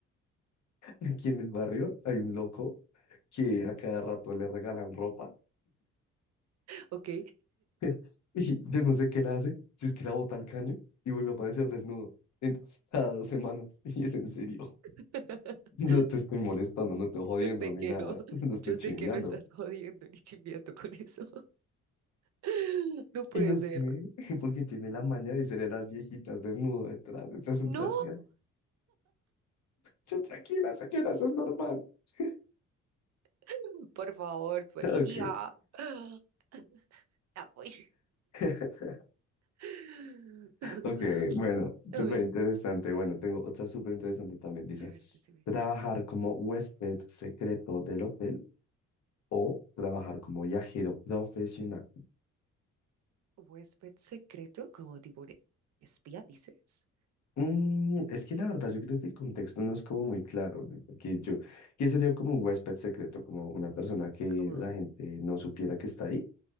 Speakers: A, on the left; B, on the right.
A: Aquí en el barrio hay un loco que a cada rato le regalan ropa
B: ¿Ok?
A: <laughs> y yo no sé qué la hace, si es que la bota al caño y vuelve a aparecer desnudo. Entonces, <laughs> cada dos semanas, <laughs> y es en serio.
B: <laughs>
A: No te estoy molestando, no estoy jodiendo
B: Yo sé
A: ni
B: que
A: nada,
B: no.
A: <laughs> no estoy
B: Yo
A: chimbeando.
B: sé que no estás jodiendo ni chimbiando con eso. <laughs>
A: <laughs>
B: No puede
A: Y no
B: ser.
A: sé, <laughs> porque tiene la maña de irse a las viejitas desnudo detrás. Entonces, en
B: ¡No!
A: plan, señora, yo tranquila, señora, eso es normal. <laughs>
B: <laughs> Por favor, policía.
A: Ok,
B: <gasps> Ah, voy.
A: <laughs>
B: <laughs>
A: ok, bueno, súper
B: A ver,
A: interesante. Bueno, tengo otra súper interesante también. Dice,
B: a ver, decime.
A: trabajar como huésped secreto del hotel o trabajar como viajero profesional.
B: ¿Huésped secreto? Como tipo un espía, dices.
A: Mm, es que la verdad, yo creo que el contexto no es como muy claro, ¿no? porque yo, ¿qué sería como un huésped secreto? Como una persona que
B: como
A: la gente no supiera que está ahí.